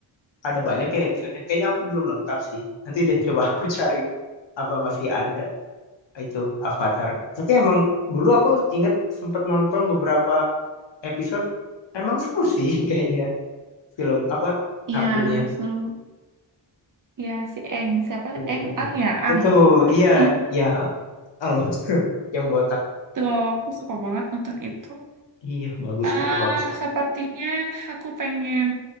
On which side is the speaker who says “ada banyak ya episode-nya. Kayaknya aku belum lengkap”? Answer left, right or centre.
Left